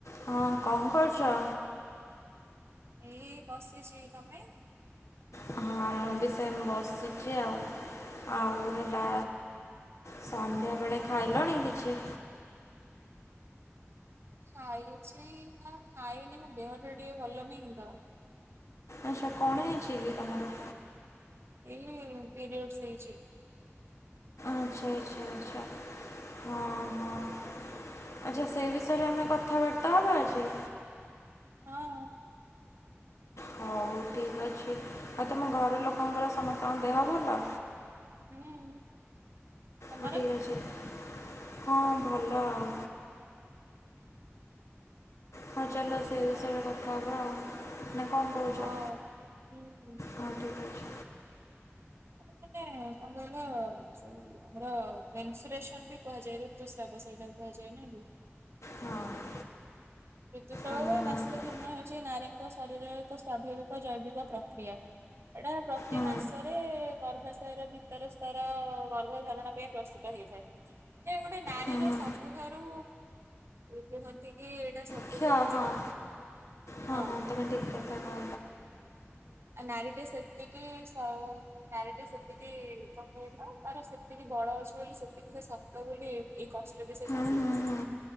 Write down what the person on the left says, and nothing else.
ହଁ କଣ କରୁଛ?
ହଁ ମୁଁ ବି ସେମ ବସିଛି ଆଉ ଆଉ ହେଲା ସନ୍ଧ୍ୟା ବେଳେ ଖାଇଲଣି କିଛି?
ଆଚ୍ଛା କଣ ହେଇଛି କି ତମର?
ଆଚ୍ଛା ଆଚ୍ଛା ଆଚ୍ଛା ହଁ ହଁ ଆଚ୍ଛା ସେଇ ବିଷୟରେ ଆମେ କଥାବାର୍ତ୍ତା ହେବା ଆଜି
ହଉ ଠିକ୍ ଅଛି ଆଉ ତମ ଘର ଲୋକଙ୍କର ସମସ୍ତଙ୍କ ଦେହ ଭଲ?
ହଁ ଠିକ୍ ଅଛି ହଁ ଭଲ ଆଉ ହଁ ଚାଲୋ ସେଇ ବିଷୟରେ
କଥା ହବ ଆ ମେ କଣ କହୁଛ
ହଁ ଠିକ ଅଛି।
ହଁ।
ଆ ହୁଁ
ହୁଁ
ହୁଁ
ହ
ହଁ ହଁ
ହଁ ତମେ ଦିକତବା
ହୁଁ ହୁଁ